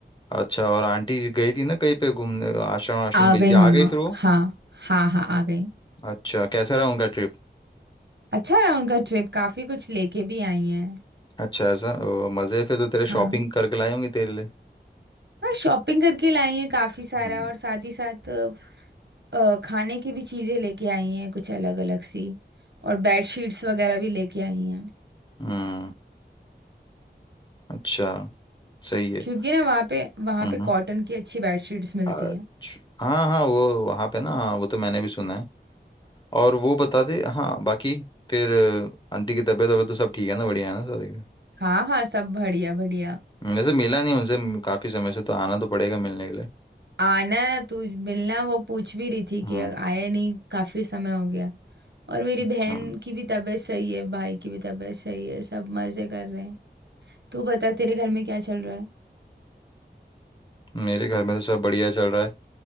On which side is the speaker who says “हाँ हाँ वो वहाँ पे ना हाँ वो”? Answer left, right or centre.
Left